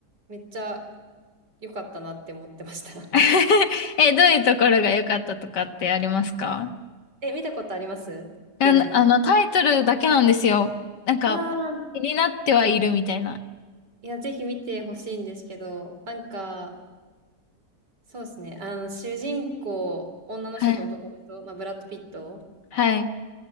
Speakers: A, on the right; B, on the left.
A: めっちゃ良かったなって思ってました。
B: <laughs> え、どういうところが良かったとかってありますか
A: <laughs> え、見たことありますよね。
B: あの、あの、タイトルだけなんですよ。なんか、
A: ああ。
B: 気になってはいるみたいな。
A: いや、ぜひ見てほしいんですけど、なんか、そうですね、あの、主人公、女の人と男の人、
B: はい。
A: まあ、ブラッド・ピット
B: はい。